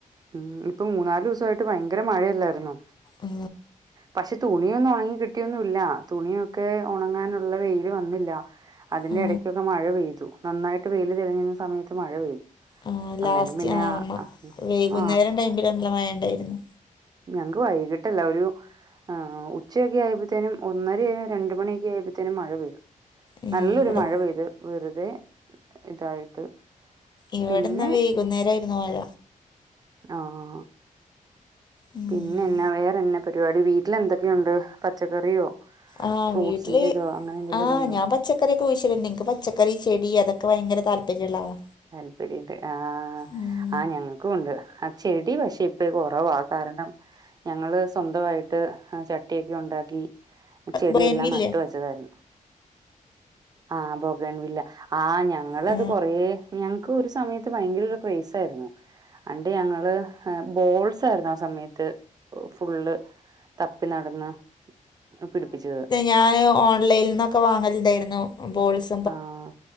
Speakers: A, on the right; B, on the left.
A: ഉം ഇപ്പൊ മൂന്നാ ദിവസായിട്ട് ഭയങ്കര മഴയല്ലായിര്ന്നോ.
B: ആ
A: പഷേ തുണിയൊന്നും ഉണങ്ങി കിട്ടിയൊന്നും ഇല്ല, തുണിയൊക്കെ ഉണങ്ങാനുള്ള വെയ്ല് വന്നില്ല. അതിന്റെ
B: ആ
A: എടയ്ക്കൊക്കെ മഴ പെയ്തു, നന്നായിട്ട് വെയ്ല് തെളിഞ്ഞിരുന്ന സമയത്ത് മഴ പെയ്തു.
B: ആ
A: അന്നേരം
B: ലാസ്റ്റ്
A: പിന്നെ
B: ആ മ
A: അതൊന്നും
B: അ വൈകുന്നേരം ടൈമില് നല്ല മഴ ണ്ടായിരുന്നു.
A: ഞങ്ങ്ക്ക്‌ വൈകിട്ടല്ലായിരുന്നു ആ ഉച്ചൊക്കെ ആയപ്പത്തേനും ഒന്നരയോ രണ്ട് മണിയൊക്കെ ആയപ്പത്തേനും മഴ പെയ്തു.
B: ഏ,
A: നല്ലൊരു
B: ഇവിടെ
A: മഴ പെയ്ത് വെറുതെ ഇതായിട്ട്.
B: ഇവിടെന്നാ
A: പിന്നെ
B: വൈകുന്നേരം ആയിരുന്നു മഴ.
A: ആഹ
B: ഉം
A: പിനെ നാ വേറെനാ പരിവാടി വീട്ടിലെന്തെക്കെയുണ്ട് പച്ചക്കറിയോ.
B: ആഹ
A: ഫ്രൂട്ട്സിന്റെ
B: വീട്ടില്
A: ഇതോ അങ്ങനെ എന്തെങ്കിലുമൊക്കെ
B: ആഹ
A: ഉണ്ടോ?
B: ഞാപച്ച- പച്ചക്കറി ഒക്കെ കുഴിച്ചിടും ന്നിൻക്ക് പച്ചക്കറി ചെടി അതൊക്കെ ഭയങ്ക താല്പര്യള്ള ആളാ.
A: താല്പര്യണ്ട് ആഹ്
B: ഉം
A: ആ ഞങ്ങൾക്കും ഉണ്ട്. ചെടി പക്ഷെ ഇപ്പൊ കുറവാ കാരണം. ഞങ്ങള് സ്വന്തവായിട്ട് ചട്ടിയൊക്കെ ഉണ്ടാക്കി ചെടിയെല്ലാം
B: ബ്രെയിൻവില്ലേ
A: ന്നട്ട് വെച്ച- വേറെൻ ആഹ് ബോകൻവില്ല ആ ഞങ്ങളത്
B: ആ
A: കൊറേ- ഞങ്ങക്ക് ഒരു സമയത്ത് ഭയങ്കര ഒരു പൈസാർന്നു. അണ്ട് ഞങ്ങള് ബോൾസ് ആയിരുന്നു ആ സമയത്ത് ഫുള്ള്. തപ്പി നടന്ന് പിടിപ്പിച്ചത്
B: ഞാന് ഓൺലൈനിൽ നിന്നൊക്കെ വാങ്ങലുണ്ടായിരുന്നു ബോൾസ്
A: ആഹ്